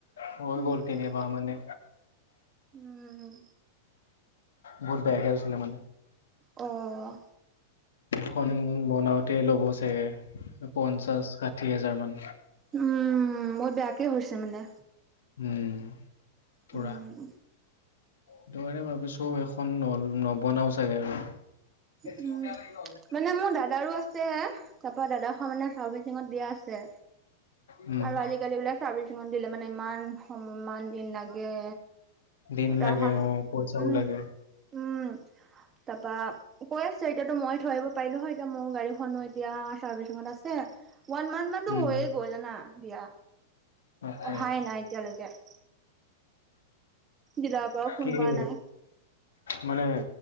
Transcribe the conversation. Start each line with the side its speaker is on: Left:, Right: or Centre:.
Left: হৈ
Right: উম
Left: গ'ল
Right: উম
Left: তিনিমাহ মানে।
Right: উম
Left: বহুত বেয়াকে হৈছিলে মানে।
Right: অ',
Left: এখন বনাওঁতে ল'ব চাগে পঞ্চাশ, ষাঠি হাজাৰ মান।
Right: উম, বহুত বেয়াকে হৈছে মানে।
Left: উম পুৰা
Right: উম
Left: সেইটো কাৰণে ভাবিছো এখন নবনাও চাগে আৰু <unintelligible>
Right: উম। মানে মোৰ দাদাৰো আছে তাৰ পৰা দাদা খন মানে চাৰ্ভিচিঙত দিয়া আছে।
Left: উম
Right: আৰু আজিকালি বোলে চাৰ্ভিচ ছাৰ্ভিচিঙত দিলে মানে ইমান সম ইমান দিন লাগে।
Left: দিন
Right: তাৰখন
Left: লাগে অহ পইচাও
Right: উম,
Left: লাগে।
Right: উম, তা‌পা কৈ আছে এতিয়াতো মই থৈ আহিব পাৰিলো হয় এতিয়া মোৰ গাড়ীখনো এতিয়া চাৰ্ভিচিঙত আছে ওৱান মান্থ মানতো
Left: উম
Right: হৈয়ে গ'ল জানা দিয়া
Left: বাপৰে
Right: অহাই নাই এতিয়ালৈকে। ডিলাৰৰ পৰাও ফোন
Left: কি মানে
Right: কৰা নাই।
Left: -মানে